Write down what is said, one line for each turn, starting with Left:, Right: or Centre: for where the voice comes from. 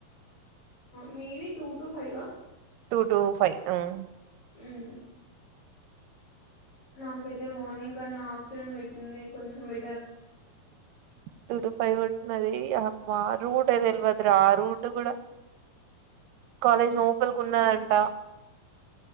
Left: మీది టూ టు ఫైవ్ వా
Right: టూ టూ ఫై మ్
Left: మ్ నాకైతే మార్నింగ్ కన్నా ఆఫ్టర్నూన్ పెట్టింది కొంచెం బె
Right: టూ టు ఫైవ్ వరకు నాది యా అబ్బా రూటె తెల్వద్రా రూటు కూడా కాలేజ్ లోపలికి ఉన్నాదంటా
Left: అవును